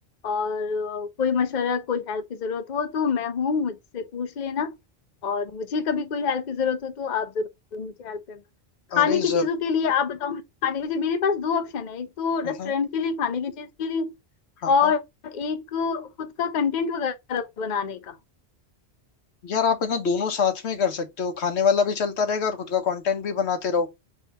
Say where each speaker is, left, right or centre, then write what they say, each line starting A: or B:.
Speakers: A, on the left (about 45°); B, on the left (about 80°).
A: और अ, कोई मशवरा कोई हेल्प की जरूरत हो तो मैं हूँ मुझसे पूछ लेना और मुझे कभी कोई हेल्प की जरूरत हो तो आप जरूर मुझे हेल्प करना
B: अरे
A: खाने की
B: जर
A: चीजों के लिए आप बताओ मुझे खाने मुझे मेरे पास दो ऑप्शन है एक तो
B: हाँ
A: रेस्टोरेंट के लिए खाने की चीज के लिए
B: हाँ
A: और
B: हाँ
A: एक खुद का कंटेंट वगैरह बनाने का
B: यार आप है ना दोनों साथ में कर सकते हो खाने वाला भी चलता रहेगा और खुद का कंटेंट भी बनाते रहो